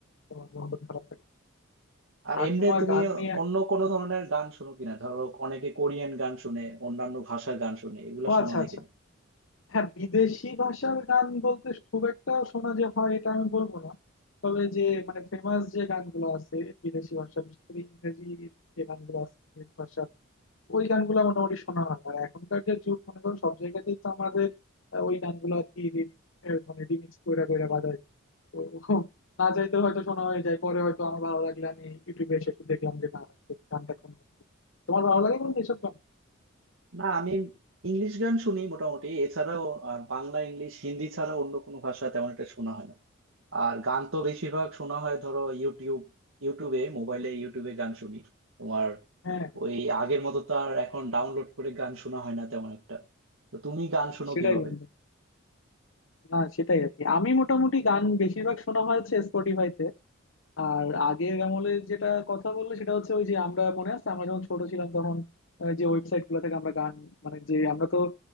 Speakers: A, on the left; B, on the right.
A: তোমার মন টন খারাপ থাকে
B: আর
A: আর
B: এমনি
A: তোমার
B: তুমি
A: গান নিয়ে
B: অন্য কোনো ধরনের গান শোনো কিনা ধরো অনেকে কোরিয়ান গান শুনে অন্যান্য ভাষার গান শুনে এগুলো
A: ও
B: শোনা
A: আচ্ছা
B: হয়
A: আচ্ছা
B: কিনা
A: হ্যাঁ বিদেশি ভাষার গান বলতে খুব একটা শোনা যে হয় এটা আমি বলবো না তবে যে মানে ফেমাস যে গানগুলো আছে বিদেশি ভাষা বিশেষ করে ইংরেজি যে গানগুলো আছে ইংরেজি ভাষার ওই গানগুলো মোটামুটি শোনা হয় আর এখনকার যে যুগ মনে করো সব জায়গাতেই তো আমাদের আহ, ওই গানগুলো আর কি রি- এ, মানে রিমিক্স করে করে বাজায় তো না চাইতে হয়তো শোনা হয়ে যায় পরে হয়তো আমার ভালো লাগলে আমি ইউটিউবে এসে একটু দেখলাম যে না আসলে গানটা কোন গান ছিল। তোমার ভালো লাগে বন্ধু এসব গান
B: না আমি ইংলিশ গান শুনি মোটামুটি এছাড়াও আর বাংলা ইংলিশ হিন্দি ছাড়া অন্য কোনো ভাষা তেমন একটা শোনা হয় না আর গান তো বেশিরভাগ শোনা হয় ধরো ইউটিউব ইউটিউবে মোবাইলে ইউটিউবে গান শুনি তোমার
A: হ্যাঁ
B: ওই আগের মতো তো আর এখন ডাউনলোড করে গান শোনা হয় না তেমন একটা তো তুমি গান শোনো
A: সেটাই
B: কিভাবে
A: বন্ধু না সেটাই আর কি আমি মোটামুটি গান বেশিরভাগ শোনা হয়েছে স্পটিফাইতে আর আগের আমলের যেটা কথা বললে সেটা হচ্ছে ওই যে আমরা মনে আছে আমরা যখন ছোট ছিলাম তখন ওই যে ওয়েবসাইট গুলো থেকে আমরা গান মানে যে আমরা তো